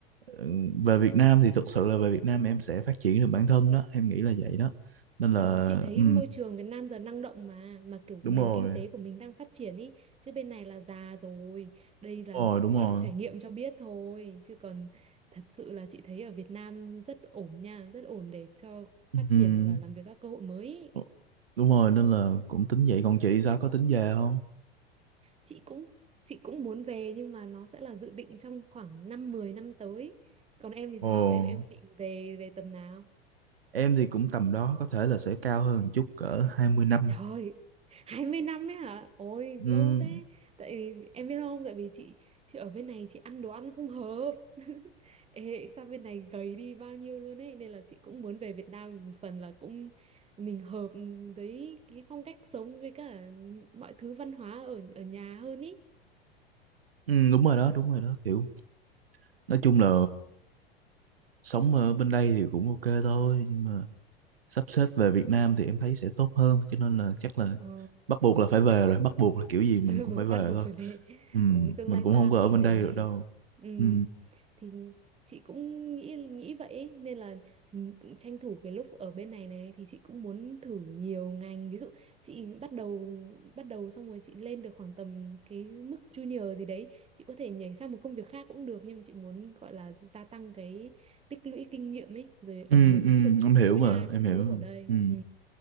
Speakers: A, on the right; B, on the right.
A: Ừ, về Việt Nam thì thực sự là về Việt Nam em sẽ phát triển được bản thân đó em nghĩ là vậy đó nên là
B: Ờ, chị thấy
A: ừ,
B: môi trường Việt Nam giờ năng động mà mà kiểu
A: đúng
B: nền
A: rồi
B: kinh tế của mình đang phát triển ý chứ bên này là già rồi đây là
A: đúng rồi đúng
B: gọi
A: rồi
B: là trải nghiệm cho biết thôi chứ còn thật sự là chị thấy ở Việt Nam rất ổn nha rất ổn để cho
A: ừ.
B: phát triển và làm việc các cơ hội mới ý.
A: Ờ, Đúng rồi nên là cũng tính vậy còn chị sao có tính về không?
B: Chị cũng chị cũng muốn về nhưng mà nó sẽ là dự định trong khoảng năm mười năm tới còn em thì
A: Ồ,
B: sao em em định về về tầm nào
A: em thì cũng tầm đó có thể là sẽ cao hơn một chút cỡ 20 năm.
B: Trời, 20 năm ấy hả? Ôi,
A: Ừ,
B: lâu thế. Tại vì em biết không, tại vì chị chị ở bên này chị ăn đồ ăn không hợp. <laughs> Ê, sao bên này gầy đi bao nhiêu luôn ấy, nên là chị cũng muốn về Việt Nam một phần là cũng mình hợp với cái phong cách sống với cả mọi thứ văn hóa ở ở nhà hơn ý.
A: ừ, đúng rồi đó, đúng rồi đó kiểu nói chung là sống ở bên đây thì cũng ok thôi nhưng mà sắp xếp về Việt Nam thì em thấy sẽ tốt hơn cho nên là chắc là
B: Ờ,
A: bắt buộc là phải về rồi, bắt buộc là kiểu gì mình
B: <laughs>
A: cũng
B: buộc
A: phải về
B: bắt buộc
A: thôi.
B: phải về.
A: Ừ,
B: Ồ, tương
A: mình
B: lai
A: cũng
B: xa
A: không có
B: là
A: ở
B: đi
A: bên
B: về.
A: đây được đâu.
B: Ừ.
A: Ừ,
B: thì chị cũng nghĩ nghĩ vậy ấy. Nên là ừ, tranh thủ cái lúc ở bên này này thì chị cũng muốn thử nhiều ngành ví dụ chị bắt đầu bắt đầu xong rồi chị lên được khoảng tầm cái mức junior gì đấy chị có thể nhảy sang một công việc khác cũng được nhưng mà chị muốn gọi là gia tăng cái tích lũy kinh nghiệm ấy rồi
A: ừ,
B: ở nhiều lĩnh
A: ừ,
B: vực
A: em hiểu
B: tối
A: mà,
B: đa
A: em
B: trong
A: hiểu.
B: cái lúc ở đây
A: Ừ,
B: ừ